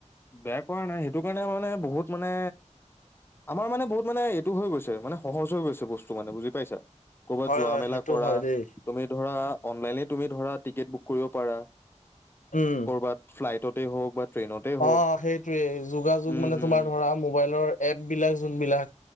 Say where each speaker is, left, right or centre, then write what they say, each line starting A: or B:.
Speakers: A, on the left; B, on the left.
A: বেয়া কৰা নাই সেইটো কাৰণে মানে বহুত মানে আমাৰ মানে বহুত মানে এইটো হৈ গৈছে মানে সহজ হৈ গৈছে বস্তু মানে বুজি পাইছা? কৰ'বাত
B: হয়
A: যোৱা
B: হয়
A: মেলা
B: সেইটো
A: কৰা
B: হয় দেই।
A: তুমি ধৰা অনলাইনে তুমি ধৰা টিকেট বুক কৰিব পাৰা,
B: উম
A: কৰবাত ফ্লাইটতে হওক বা ট্ৰেইনতেই হওক।
B: অ সেইটোয়ে যোগাযোগ
A: উম
B: মানে
A: হম
B: তোমাৰ ধৰা মোবাইলৰ এপ বিলাক যোনবিলাক